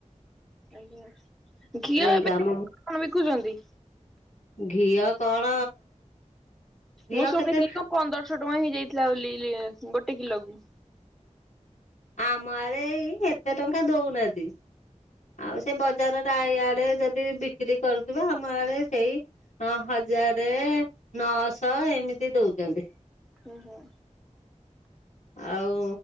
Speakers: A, in the centre; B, on the left.
A: ଆଜ୍ଞା। ଘିଅ
B: ଏଇ
A: ଏବେ
B: କାମ
A: କଣ ବିକୁଛନ୍ତି?
B: ଘିଅ କଣ ଘିଅ
A: ମୁଁ ଶୁଣିଥିଲି
B: କେତେ
A: କଣ ପନ୍ଦରଶହ ଟଙ୍କା ହେଇଯାଇଥିଲା ବୋଲି ଗୋଟେ କିଲୋ କୁ?
B: ଆମ ଆଡ଼େ ଏଇ ଏତେ ଟଙ୍କା ଦଉନାହାନ୍ତି। ଆଉ ସେ ବଜାର ଇଆଡେ ଯଦି ବିକ୍ରି କରୁଥିବେ। ଆମ ଆଡେ ସେଇ ହଁ ହଜାରେ ନଅଶ ଏମିତି ଦଉଛନ୍ତି।
A: ଓହୋ।
B: ଆଉ